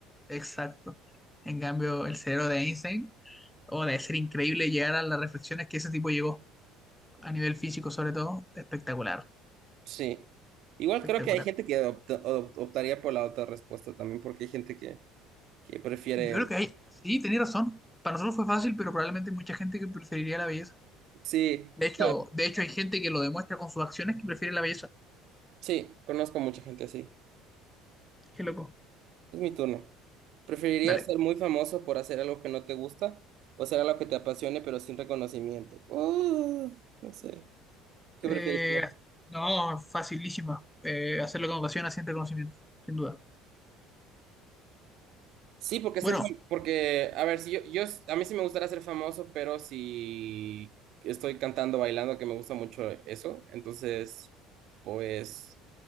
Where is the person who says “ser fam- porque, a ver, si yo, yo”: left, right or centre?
Right